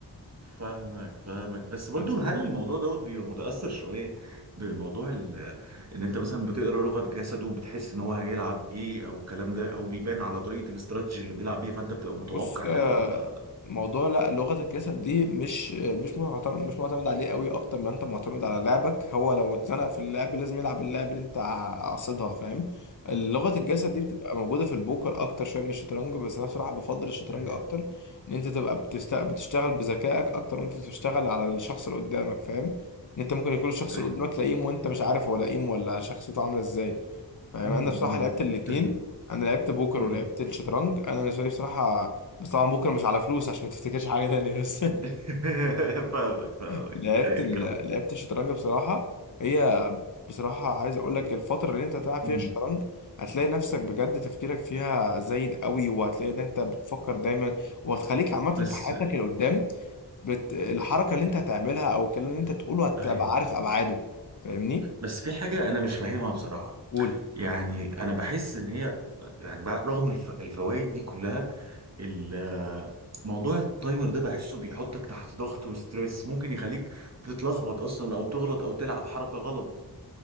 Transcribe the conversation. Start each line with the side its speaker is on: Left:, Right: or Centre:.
Right: فاهمك فاهمك بس برضو
Left: فهمتني
Right: هل الموضوع دوت بيبقى متأثر شوية بموضوع ال... ان انت مثلا بتقرا لغة جسده وبتحس ان هو هيلعب ايه او الكلام ده او بيبان على طريقة الاستراتيجي اللي بيلعب بيها فانت بتبقى متوقع
Left: بص آه،
Right: ده ولا لا؟
Left: موضوع لا لغة الجسد دي مش مش معتمد مش معتمد عليه قوي اكتر ما انت معتمد على لعبك هو لو اتزنق في اللعب لازم يلعب اللعب اللي انت ع- قاصدها فاهم لغة الجسد دي بتبقى موجودة في البوكر اكتر شوية من الشطرنج بس انا بصراحة بفضل الشطرنج
Right: ايوه
Left: اكتر ان انت تبقى بتست... بتشتغل بذكائك اكتر ما انت بتشتغل على الشخص اللي قدامك فاهم ان انت ممكن يكون الشخص
Right: ايوه
Left: اللي قدامك لئيم وانت مش عارف هو لئيم ولا شخصيته عاملة ازاي فاهم
Right: امم
Left: انا بصراحة
Right: أمم،
Left: لعبت الاتنين
Right: فاهم
Left: انا لعبت بوكر
Right: أمم.
Left: ولعبت الشطرنج انا بالنسبة لي بصراحة بس طبعا بكره مش على فلوس عشان ما تفتكرش حاجه تانية بس
Right: <laughs> فاهمك فاهمك
Left: <laughs> لعبت
Right: ايوه
Left: ال...
Right: كم
Left: لعبت الشطرنج بصراحه هي بصراحه عايز اقول لك الفتره اللي انت تلعب
Right: أمم.
Left: فيها الشطرنج هتلاقي نفسك بجد تفكيرك فيها زايد قوي وهتلاقي ان انت بتفكر دايما وهتخليك عامه في
Right: بس
Left: حياتك اللي قدام بت... الحركه اللي انت هتعملها او الكلام اللي انت تقوله هتبقى
Right: ايوه
Left: عارف ابعاده فاهمني
Right: بس في حاجة أنا مش فاهمها بصراحة
Left: قول
Right: يعني أنا بحس إن هي يعني بقى- رغم الف... الفوائد دي كلها ال- موضوع التايمر ده بحسه بيحطك تحت ضغط وستريس ممكن يخليك تتلخبط اصلا او تغلط او تلعب حركة غلط